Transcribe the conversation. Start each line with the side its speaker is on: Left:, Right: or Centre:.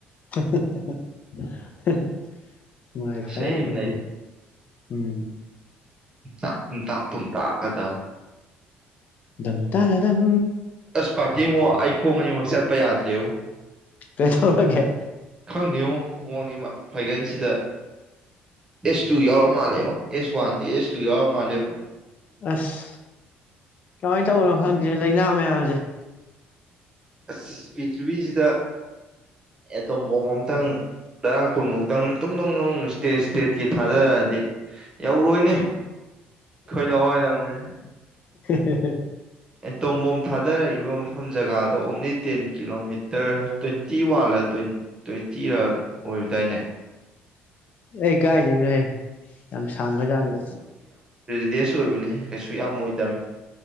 Left: <unintelligible> ꯅꯨꯉꯥꯏꯈ꯭ꯔꯦ
Right: ꯏꯁꯩ ꯑꯃ
Left: ꯅꯪ ꯎꯝ
Right: <unintelligible> ꯇꯨꯝ ꯇꯥꯡ ꯀꯥꯏꯗ
Left: ꯗꯝ ꯇꯥꯔꯔꯝ
Right: ꯑꯁ ꯄꯥꫪꯇꯤꯉꫭ ꯑꯩ ꯈꯣꯡ ꯑꯅꯤꯃꯛ ꯆꯠꯄ ꯌꯥꯗ꯭ꯔꯦꯉꫭ
Left: ꯀꯩꯗꯧꯔꯒꯦ
Right: ꯈꯪꯗꯦꯉꯣ ꯈꯣꯡ ꯑꯅꯤꯃꯛ ꯐꯥꯏꯒꯜꯁꯤꯗ ꯑꯦꯁ ꯇꯨ ꯌꯥꯎꯔ ꯃꯥꯜꯂꯦꯉꫭ ꯑꯦꯁ ꯋꯥꯟꯁꯤ ꯑꯦꯁ ꯇꯨ ꯌꯥꯎꯔ ꯃꯥꯜꯂꯦꯉꫭ
Left: ꯑꯁ ꯀꯃ ꯥꯏ ꯇꯧꯕꯅꫭ ꯈꯪ ꯂꯩꯅꯥ ꯃꯌꯥꯝꯁꯦ
Right: ꯑꯁ ꯄꯤꯊ꯭ꯔꯤꯕꯤꯁꯤꯗ ꯑꯦꯇꯣꯝꯕꯣꯝ ꯑꯝꯇꯪ ꯇꯔꯥ ꯀꯨꯟꯃꯨꯛꯇꯪ ꯇꯨꯡ ꯅꯨꯡ ꯅꯨꯡ ꯏꯁꯇꯦꯠ ꯏꯁꯇꯦꯠꯀꯤ ꯊꯥꯗꯔꯛꯑꯗꯤ ꯌꯧꯔꯣꯏꯅꯦ ꯑꯩꯈꯣꯏ ꯂꯋꯥꯏꯗꯗꯤ
Left: <unintelligible>
Right: ꯑꯦ ꯇꯣꯝꯕꯣꯝ ꯊꯥꯗꯔꯛꯏꯕ ꯃꯐ ꯐꯝ ꯖꯒꯥꯗꫭ ꯑꯣꯡꯂꯤ ꯇꯦꯟ ꯀꯤꯂꯣꯃꯤꯇꫪ ꯇ꯭ꯋꯦꯟꯇꯤ ꯋꯥꯟꯂ ꯇ꯭ꯋꯦꯟ ꯇ꯭ꯋꯦꯟꯇꯤꯔ ꯑꯣꯏꯕꯗꯥꯏꯅꯦ
Left: ꯑꯩ ꯀꯥꯏꯗꯅꯣꯍꯦ ꯌꯥꯝ ꯁꯥꯡꯈ꯭ꯔꯖꯥꯠꯅꯤ
Right: ꯗꯦꯁ ꯑꯣꯏꯕꯅꯤ ꯀꯩꯁꯨ ꯌꯥꯝ ꯑꯣꯏꯗꯕꯅꯤ